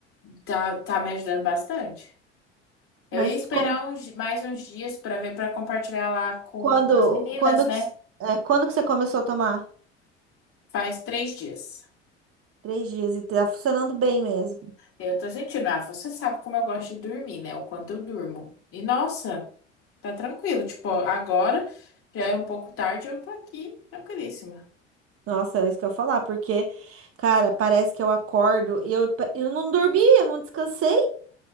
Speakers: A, on the left (about 40°); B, on the right (about 40°).
A: tá, tá me ajudando bastante. Eu
B: Mas
A: ia esperar
B: como,
A: uns, mais uns dias para ver, para compartilhar lá com
B: quando,
A: as meninas,
B: quando
A: né?
B: que, s- é, quando que você começou a tomar?
A: Faz três dias.
B: Três dias e tá funcionando bem mesmo.
A: Eu tô sentindo, ah, você sabe como eu gosto de dormir, né? O quanto eu durmo. E nossa, tá tranquilo. Tipo, agora já é um pouco tarde, eu tô aqui tranquilíssima.
B: Nossa, é isso que eu ia falar, porque, cara, parece que eu acordo e eu, eu não dormi, eu não descansei.